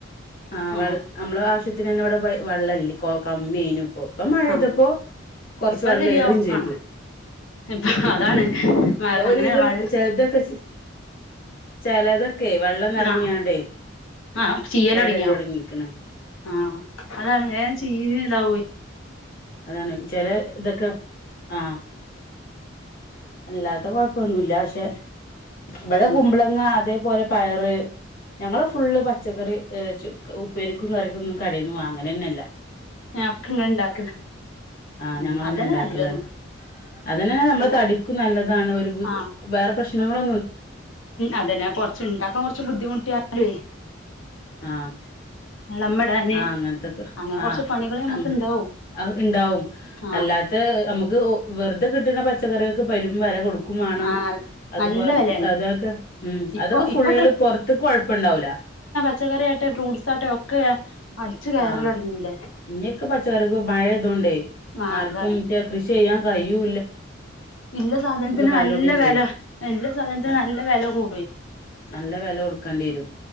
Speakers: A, on the left; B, on the left.
A: ആഹ്
B: ആ
A: വെ
B: ആ
A: നമ്മളെ ആവശ്യത്തിന് തന്നെ ഇവിടെ വെള്ളൈല്ല കമ്മയിനും ഇപ്പോ പ്പം മഴെയ്തപ്പോ
B: ആ
A: കൊർച്ച്
B: ഇപ്പൊ
A: വള്ളേ
B: ശരിയാവും
A: റിയും ചെയ്തു.
B: ആ ഇപ്പ അതാണ്
A: പ്പ
B: അങ്ങനെ
A: ഒരുവിധം
B: വെള്ള
A: ചെൽതൊക്കെ ചെലതൊക്കെ വെള്ളം നെറഞ്ഞിയാണ്ടേ
B: ആ ആ ചീയല്
A: കേടെർലൊട്ങ്ങീക്ക്ണ്
B: തുടങ്ങിയോ ആ അതാണ് വേം ചീഞ് താവേ
A: അതാണ് ചെല തൊക്കെ ആഹ് അല്ലാത്ത കൊഴപ്പൊന്നുല്ല പക്ഷെ ഇവിടെ കുമ്പളങ്ങ
B: ഉം
A: അതേപോലെ പയറ് ഞങ്ങള് ഫുള്ള് പച്ചക്കറി ഉപ്പേരിക്കും കറിക്കും ഒന്നും കടേന്ന് വാങ്ങലന്നെ അല്ല
B: <unintelligible>
A: ആഹ്
B: ഉം
A: ഞങ്ങൾ
B: അതന്നെ
A: തന്നെ ഇണ്ടാക്കലാണ്
B: നല്ലതും
A: അതന്നെ നമ്മൾ
B: പിന്നെ
A: തടിക്കും നല്ലതാണ് ഒരു ബു
B: ആഹ്
A: വേറെ പ്രശ്നങ്ങള
B: അതന്നെ കുറച്ച് ഇണ്ടാക്കാൻ കുറച്ച് ബുദ്ധിമുട്ടിയാലുവേ
A: ആഹ്
B: വളമിടാന്
A: ആഹ് അങ്ങനത്തക്കെ
B: അങ്ങനെ
A: ആഹ്
B: കൊറച്ച് പണികള് ഞമ്മക്ക് ഇണ്ടാവും
A: ഇണ്ടാവും
B: ആഹ്
A: അല്ലാത്ത നമുക്ക് വെറുതെ കിട്ടുന്ന പച്ചക്കറികൾക്ക് പെരും വില കൊടു ക്കും വേണം
B: ആഹ്
A: അത്പോ
B: നല്ല വെലേണ്
A: അതൊക്കെ ഉം
B: ഇപ്പൊ
A: അതൊക്കെ ഫുള്ള്
B: ഇപ്പൊ
A: പൊറത്ത്ക്ക് കൊഴപ്പം ഇണ്ടാവൂല്ല
B: ച്ചക്കറി ആയിട്ടെ ഫ്രൂട്ട്സ് ആയിട്ടെ ഒക്കെ അടിച്ചു കയറലൊടങ്ങീല്ലേ
A: ആഹ് ഇനിയൊക്കെ പച്ചക്കറിക്ക് മഴ ആയതോണ്ടേ
B: ആഹ്
A: ആർക്കും
B: അതാണ്
A: റ്റ കൃഷ് ചെയ്യാൻ കഴിയൂ
B: ഇല്ല സാധനത്തിന്
A: വിലകൂടും
B: നല്ല
A: ചെയ്യും
B: വെല എല്ലാം സാധനത്തിന്
A: അത്
B: നല്ല വെല കുടുവേ
A: നല്ല വെല കൊടുക്കേണ്ടി വരും